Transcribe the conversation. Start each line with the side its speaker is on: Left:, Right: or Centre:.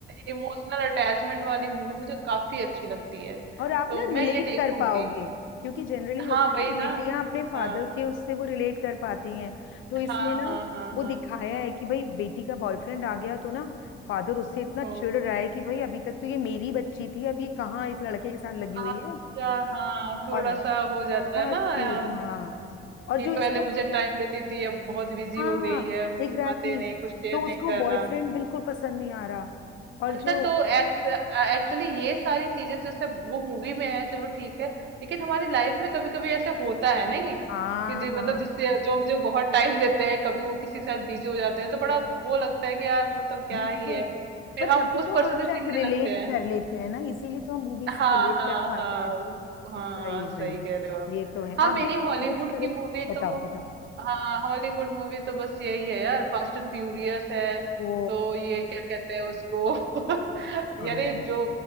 Right: इमोशनल अटैचमेंट वाली मूवी मुझे काफी अच्छी लगती है
Left: और आप
Right: तो
Left: ना
Right: मैं
Left: रिलेट
Right: ये देखूंगी
Left: कर पाओगे क्योंकि जनरली होता
Right: हाँ
Left: है
Right: वही
Left: ना बेटियां
Right: ना
Left: अपने फादर
Right: हाँ
Left: के उससे वो रिलेट कर पाती हैं तो इसमें
Right: हाँ हाँ
Left: ना
Right: हाँ
Left: वो
Right: हाँ
Left: दिखाया है कि भाई बेटी का बॉयफ्रेंड आ गया तो ना फादर उससे इतना
Right: ओ,
Left: चिढ़ रहा है कि भाई अभी तक तो ये मेरी बच्ची थी अब ये कहाँ इस लड़के के साथ लगी हुई
Right: अच्छा
Left: है
Right: हाँ थोड़ा
Left: और
Right: सा हो जाता
Left: बहुत
Right: है ना हाँ,
Left: क्यूट हाँ और
Right: कि
Left: जो
Right: पहले
Left: इसका
Right: मुझे टाइम देती थी अब बहुत बिजी
Left: हाँ
Right: हो गई है मुझसे
Left: एग्जैक्टली
Right: बातें
Left: exactly.
Right: नहीं कुछ शेयर
Left: तो
Right: नहीं
Left: उसको
Right: करना
Left: बॉयफ्रेंड बिल्कुल पसंद नहीं आ रहा और
Right: अच्छा
Left: जो
Right: तो एक्स एक्चुअली ये सारी चीजें जैसे वो मूवी में है चलो ठीक है लेकिन हमारी लाइफ में कभी कभी ऐसे होता है नहीं
Left: हाँ
Right: कि जी मतलब जिससे जो मुझे बहुत टाइम देते हैं कभी वो किसी के साथ बिजी हो जाते हैं तो बड़ा वो लगता है कि यार मतलब क्या
Left: बिल्कुल
Right: ही है फिर
Left: पर
Right: हम
Left: तभी
Right: उस
Left: तो
Right: पर्सन
Left: हम
Right: से
Left: शायद
Right: चिढ़ने
Left: रिलेट
Right: लगते हैं
Left: कर लेते हैं ना इसीलिए तो हम मूवी
Right: हाँ
Left: से रिलेट
Right: हाँ
Left: कर पाते
Right: हाँ
Left: हैं
Right: उस-
Left: सही
Right: हाँ हाँ
Left: में
Right: सही कह रहे हो आप
Left: ये तो है
Right: हाँ
Left: आप
Right: मेरी
Left: भी कोई
Right: हॉलीवुड
Left: सजेस्ट करो
Right: की मूवी
Left: बताओ
Right: तो
Left: बताओ
Right: हाँ हॉलीवुड मूवी तो बस यही है यार फास्ट एंड फ्यूरियस है
Left: ओ
Right: तो ये क्या कहते हैं उसको <laughs>
Left: हाँ
Right: यारे
Left: हाँ।
Right: जो